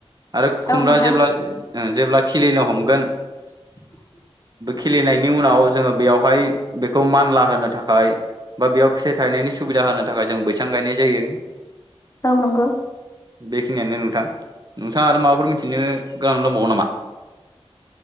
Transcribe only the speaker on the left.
औ नोंथां
<inaudible>
औ नंगौ